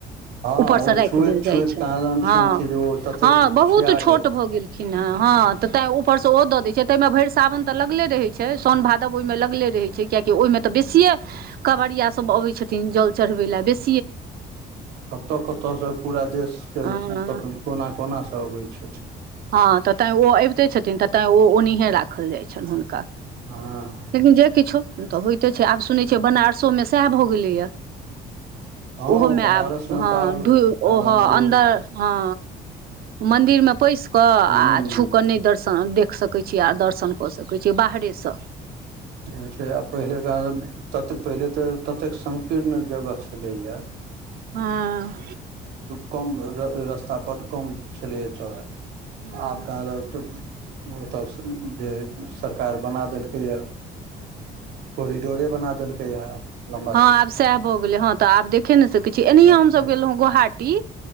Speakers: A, on the right (about 80°); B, on the right (about 65°).
A: हँ
B: ऊपरसँ
A: ओ
B: राइख
A: छुएत
B: देल
A: छुएत
B: जाय छैन
A: कहाँ दन
B: हँ
A: सुनै छियै जे ओ ततेक
B: हँ बहुत
A: खिया
B: छोट भऽ गेलखिन ह हँ तैय उ पर सँ ओ दऽ दैय छैय ताइमे भइर सावन तऽ लगले रहै छैय साओन भादव ओहिमे लगले रहै छैय कियाकी ओहिमे तऽ बेसिए कवड़िया सब अबै छथिन जल चढ़बै ल बेसी
A: कतअ कतअ सँ पूरा देशके
B: हँ
A: के कोना कोना स अबै छै अच्छह
B: हँ तऽ तै ओ अबिते छथिन तै ओ ओनिहे राखल जाइ छैन हुनका
A: हँ
B: लेकिन जे किछो तऽ होइत छै आब सुनै छियै बनारसोमे सएह भऽ गेलै य
A: हँ
B: ओहोमे
A: बनारस
B: आब
A: मे
B: हँ
A: तऽ
B: ढु
A: आब
B: ओ हँ अन्दर हँ मंदिर मे पैस कऽ
A: हुँ
B: आ छू कऽ नैय दर्शन ह देख सकैय छी आ दर्शन कऽ सकैय छी बाहरे सँ
A: छै छै आ पहिले कहादिन तत पहिले तऽ ततेक संग कीर्ण जगह छलै य
B: हँ
A: कम र र रस्ता बड कम छलैए एतअ
B: हँ
A: आब कहाँ दिन तऽ ओतअ से उ उ जे सरकार बना देलकै ए कोरिडोरे बना देलकैए आब लम्बा
B: हँ
A: चौड़ा
B: आब सएह भऽ गेलै हँ तऽ आब देखे ने सकै छी एनहिये
A: हूँ
B: हमसभ गेलहुँ हँ गोहाटी